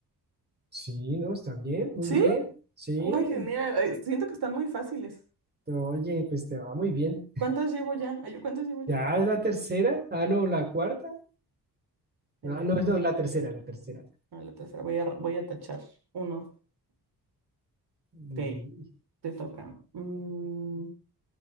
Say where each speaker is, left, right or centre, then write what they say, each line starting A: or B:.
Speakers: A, on the right; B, on the right.
A: Sí, no, está bien, muy
B: Sí.
A: bien. Sí.
B: Ay, genial. Ay, siento que están muy fáciles.
A: Oye, pues te va muy bien.
B: ¿Cuántas llevo ya? Ay, yo, ¿cuántas llevo ya?
A: Ya es la tercera. Ah, no, la cuarta.
B: Genial.
A: No, no, no, la tercera, la tercera.
B: No, la tercera. Voy a, voy a tachar uno.
A: Y,
B: Ok, te toca. Mm,